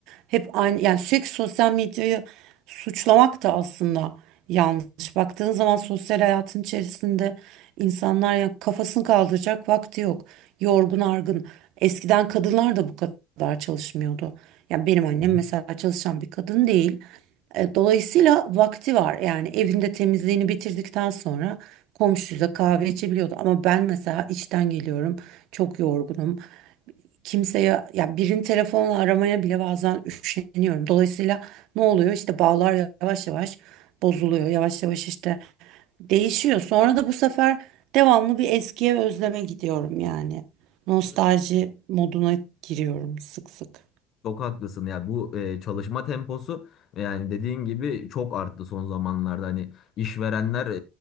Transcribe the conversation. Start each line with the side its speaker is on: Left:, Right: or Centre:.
Right: Hep aynı yani sürekli sosyal medyayı suçlamak da aslında yanlış. Baktığın zaman sosyal hayatın içerisinde insanlar ya kafasını kaldıracak vakti yok. Yorgun argın. Eskiden kadınlar da bu kadar çalışmıyordu. Yani benim annem
Left: Hı
Right: mesela çalışan bir kadın değil. E, Dolayısıyla vakti var. Yani evinde temizliğini bitirdikten sonra komşuyla kahve içebiliyordu. Ama ben mesela işten geliyorum. Çok yorgunum kimseye ya birini telefonla aramaya bile bazen üşeniyorum. Dolayısıyla ne oluyor? İşte bağlar yavaş yavaş bozuluyor. Yavaş yavaş işte değişiyor. Sonra da bu sefer devamlı bir eskiye özleme gidiyorum yani. Nostalji
Left: hı.
Right: moduna giriyorum sık sık.
Left: Çok haklısın ya bu e, çalışma temposu e, yani dediğin gibi çok arttı son zamanlarda hani işverenler e,